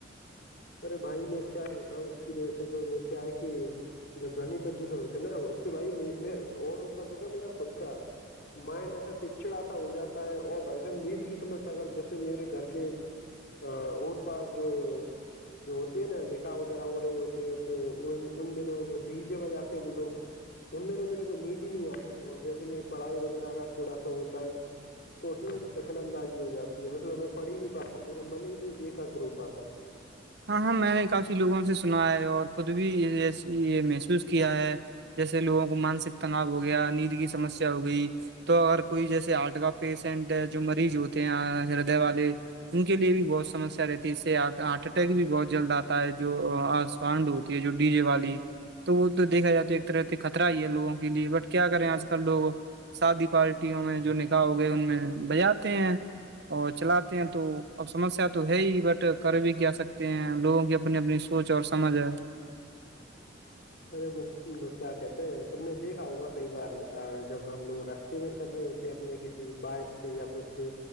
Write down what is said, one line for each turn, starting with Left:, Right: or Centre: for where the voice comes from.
Left: ارے بھائی میں کیا ہی بتاؤں اس کی وجہ سے تو کیا ہے کہ جو دونی پردوش ہوتی نا بھائی میں اوروں کا تو کیا میرا خود کا مائنڈ ایسا چڑچڑا سا ہو جاتا ہے اور بھائی سا نیند کی سمس اگر جیسے میرے گھر کے اور پاس جو جو ہوتی ہے نا نکاح وغیرہ ہو رہی ہوتی ہے تو ان دنوں جو ڈی جے بجاتے ہیں وہ لوگ ان دنوں میرے کو ندی نہیں آتی اور جیسے میری پڑھائی وغیرہ کا تھوڑا سا ہوتا ہے تو اس میں بھی اندازی ہواتی ہے مطلب <inaudible> پڑھی نہیں پاتا میرا من ہی نہیں ایک کا گروپ پتہ
Right: ہاں ہاں میں نے کافی لوگوں سے سنا ہے اور خود بھی یہ محسوس کیا ہے جیسے لوگوں کو مانسک تناؤ ہو گیا نیند کی سمسیا ہو گئی تو اور کوئی جیسے آرٹ کا پیشنٹ جو مریض ہوتے ہیں ہردے والے ان کے لیے بھی بہت سمسیا رہتی ہے اس سے اٹیک بھی بہت جلد آتا ہے جو آس فانڈ ہوتی ہے جو ڈی جے والی تو وہ تو دیکھا جات تو ایک طرح سے خطرہ ہی ہے لوگوں کے لیے بٹ کیا کریں آج کل لوگ شادی پارٹیوں میں جو نکاح ہو گئے ان میں بجاتے ہیں اور چلاتے ہیں تو اب سمسیا تو ہے ہی بٹ کر بھی کیا سکتے ہیں لوگوں کی اپنی اپنی سوچ اور سمجھ ہے
Left: ارے وہ وہ کیا کہتے ہیں تم نے دیکھا ہوگا کئی بار جب ہم لوگ رستے میں چل رہے ہوتے ہیں اپنے کسی بائک سے یا کچھ سے